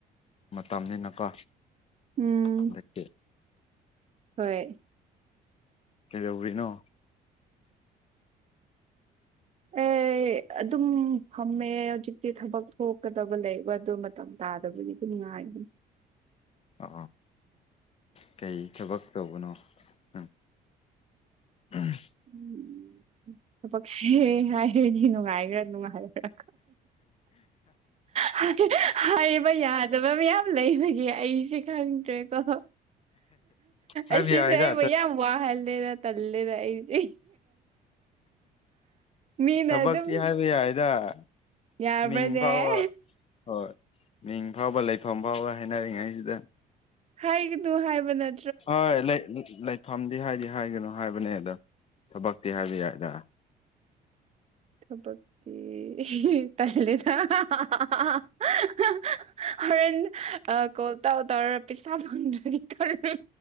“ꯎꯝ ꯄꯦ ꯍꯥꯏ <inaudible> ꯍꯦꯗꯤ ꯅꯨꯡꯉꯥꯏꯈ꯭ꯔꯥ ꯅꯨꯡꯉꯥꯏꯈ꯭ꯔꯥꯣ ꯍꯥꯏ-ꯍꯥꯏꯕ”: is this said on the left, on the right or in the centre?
Right